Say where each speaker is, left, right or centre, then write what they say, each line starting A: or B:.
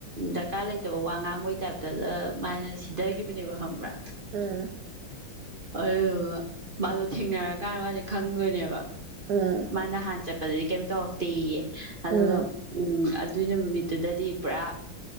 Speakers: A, on the right (about 35°); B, on the right (about 65°).
A: ꯗꯥꯀꯥ ꯂꯩꯇꯕ ꯋꯥ ꯉꯥꯡꯕꯒꯤ ꯇꯥꯏꯞꯇꯒ ꯃꯥꯅ ꯁꯤꯗꯒꯤꯅꯦꯕ ꯈꯪꯕ꯭ꯔꯥ
B: ꯑꯝ
A: ꯑꯌꯨꯗꯨꯒ ꯃꯥꯗꯣ ꯊꯦꯡꯅꯔꯀꯥꯟꯗ ꯃꯥꯖꯦ ꯈꯪꯗꯣꯏꯅꯦꯕ
B: ꯎꯝ
A: ꯃꯅꯥ ꯍꯥꯥꯟ ꯆꯄꯗꯗꯤ ꯀꯦꯝ ꯇꯧꯔꯛꯇꯦꯌꯦ ꯑꯗꯨꯒ
B: ꯎꯝ
A: ꯎꯝ ꯑꯗꯨꯏ ꯅꯨꯃꯤꯠꯇꯨꯗꯗꯤ ꯄꯨꯔꯥ